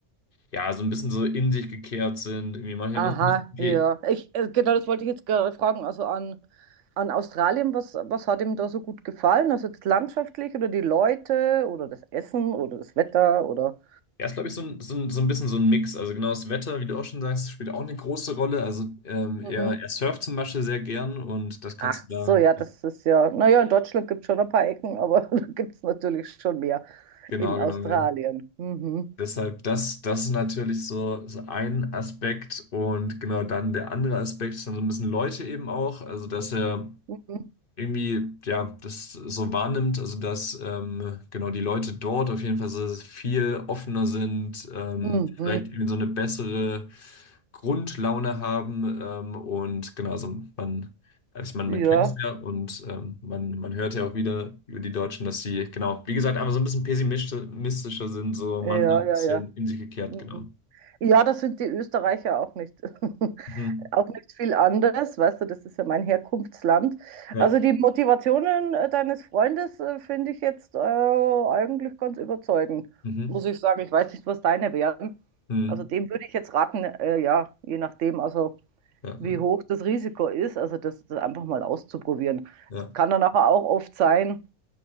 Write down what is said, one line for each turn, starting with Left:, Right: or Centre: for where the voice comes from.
Left: ja, so ein bisschen so in sich gekehrt sind, irgendwie manchmal
Right: Aha,
Left: immer so ein bisschen, okay.
Right: ja. Ich, äh, genau, das wollte ich jetzt gerade fragen. Also an, an Australien, was, was hat ihm da so gut gefallen? Also jetzt landschaftlich oder die Leute oder das Essen oder das Wetter oder.
Left: Ja, ist, glaube ich, so ein, so ein, so ein bisschen so ein Mix. Also genau das Wetter, wie du auch schon sagst, spielt auch eine große Rolle. Also ähm, er,
Right: Mhm.
Left: er surft zum Beispiel sehr gern und das kannst
Right: Ach
Left: du da,
Right: so, ja, das ist ja. Naja, in Deutschland gibt es schon ein paar Ecken, aber <laughs> da gibt es natürlich schon mehr
Left: genau,
Right: in Australien.
Left: genau. ja.
Right: Mhm.
Left: Deshalb, das, das ist natürlich so, so ein Aspekt und genau dann der andere Aspekt ist dann so ein bisschen Leute eben auch. Also, dass er
Right: Mhm.
Left: irgendwie, ja, das so wahrnimmt, also dass ähm, genau die Leute dort auf jeden Fall so viel offener sind, ähm,
Right: Mhm.
Left: vielleicht irgendwie so eine bessere Grundlaune haben ähm, und genau, also man, also ich meine,
Right: Ja,
Left: man kennt es ja und ähm, man, man hört ja auch wieder über die Deutschen, dass sie, genau, wie gesagt, einfach so ein bisschen pessimistischer sind, so
Right: ja,
Left: manchmal ein
Right: ja,
Left: bisschen
Right: ja.
Left: in sich gekehrt,
Right: Mhm.
Left: genau.
Right: Ja, das sind die Österreicher auch nicht. <laughs>
Left: Mhm.
Right: Auch nicht viel anders, weißt du, das ist ja mein Herkunftsland.
Left: Ja,
Right: Also die Motivationen äh, deines Freundes äh, finde ich jetzt äh, eigentlich ganz überzeugend,
Left: mhm.
Right: muss ich sagen. Ich weiß nicht, was deine wären.
Left: Mhm.
Right: Also dem würde ich jetzt raten, äh, ja, je nachdem, also
Left: Ja,
Right: wie
Left: ja,
Right: hoch das Risiko ist, also das, das einfach mal auszuprobieren.
Left: ja,
Right: Es kann dann aber auch oft sein,